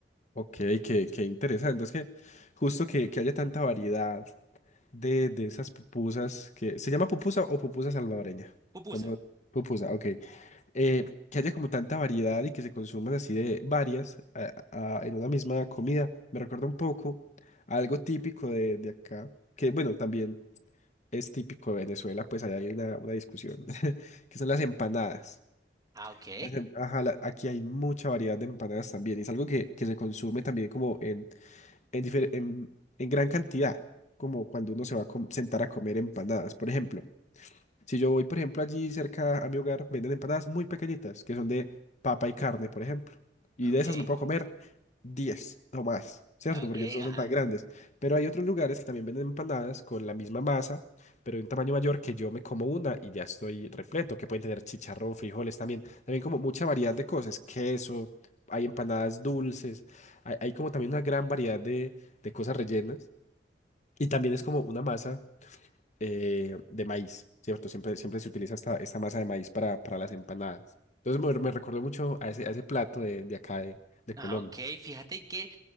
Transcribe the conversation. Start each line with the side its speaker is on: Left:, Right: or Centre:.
Left: ok, qué, qué interesante. Es que justo que, que haya tanta variedad de, de esas pupusas que. ¿Se llama pupusa o pupusa salvadoreña?
Right: Pupusa.
Left: Como pupusa, ok. eh, que haya como tanta variedad y que se consuman así de varias a- a- en una misma comida, me recuerda un poco a algo típico de, de acá, que bueno, también es típico de Venezuela, pues ahí hay una, una discusión, <laughs> que son las empanadas.
Right: Ah, ok.
Left: Las em- Ajá, la- aquí hay mucha variedad de empanadas también, y es algo que, que se consume también como en, en, difer- en, en gran cantidad, como cuando uno se va a com- sentar a comer empanadas, por ejemplo. Si yo voy, por ejemplo, allí cerca a mi hogar, venden empanadas muy pequeñitas, que son de papa y carne, por ejemplo. Y
Right: Ok.
Left: de esas me puedo comer 10 o más, ¿cierto?
Right: Ok,
Left: Porque no
Right: ajá.
Left: son tan grandes. Pero hay otros lugares que también venden empanadas con la misma masa, pero de un tamaño mayor que yo me como una y ya estoy repleto, que pueden tener chicharrón, frijoles también. También como mucha variedad de cosas, queso, hay empanadas dulces, hay, hay como también una gran variedad de, de cosas rellenas. Y también es como una masa eh, de maíz, ¿cierto? Siempre, siempre se utiliza esta, esta masa de maíz para, para las empanadas. Entonces me, me recordó mucho a ese, a ese plato de, de acá de, de
Right: Ah,
Left: Colombia.
Right: ok. Fíjate que